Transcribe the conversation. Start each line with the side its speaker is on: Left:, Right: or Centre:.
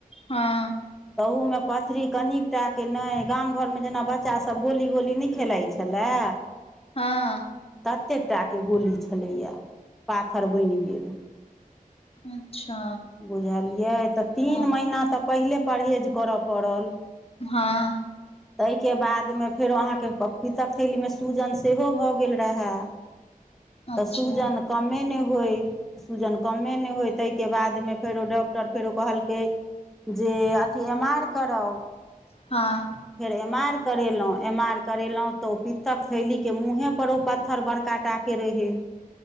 Left: हँ
Centre: तहू मे पथरी कनिकटा के नहि गाम घरमे जेना बच्चा सब गोली गोली नहि खेलाइ छै छलेलए
Left: हँ
Centre: ततेकटाके गोली छलैया पाथर बनि गेल
Left: अच्छा
Centre: बुझलियै तऽ तीन
Left: हँ
Centre: महिना तऽ पहिले परहेज करय पड़ल
Left: हँ
Centre: ताहिके बादमे फेरो अहाँके पीतकथैलीमे सूजन सेहो भऽ गेल रहए
Left: अच्छा
Centre: तऽ सूजन कमे नहि होय सूजन कमे नहि होय ताहिके बाद तै मे फेरो डॉक्टर फेरो कहलकै जे अथी एम आर कराउ
Left: हँ
Centre: फेर एम आर करेलहुँ एम आर करेलहुँ तऽ ओ पितत्तक थैलीके मुँहेपर ओ पत्थर बड़का टा के रहे